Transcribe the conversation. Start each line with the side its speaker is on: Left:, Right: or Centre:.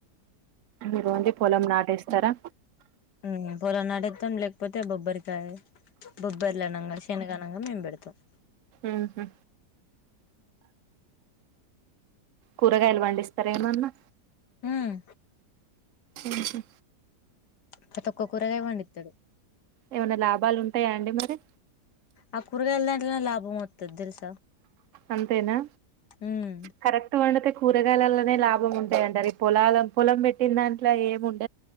Right: మీరు ఓన్లీ పొలం నాటేస్తారా
Left: ఉ పోలనాటితాం లేకపోతే బొబ్బరికాయ బొబ్బర్లు అనంగా శనగనంగా మేం పెడతాం క్క
Right: ఉహు కూరగాయలు పండిస్తారేమన్నా
Left: ఊ మ్
Right: ఉహు
Left: ప్రతి ఒక్క కూరగాయ పండితాడు
Right: ఏమన్నా లాభాలు ఉంటాయా అండి మరి
Left: ఆ కూరగాయల దాంలో లాభం వతుంది తెలుస
Right: అంతేనా
Left: ఉమ్
Right: కరక్ట్ మ కూరగాయలలోనే లాభం ఉంటాయింట పొలలు పొలం పెట్టిన దాంట్లో ఏముంట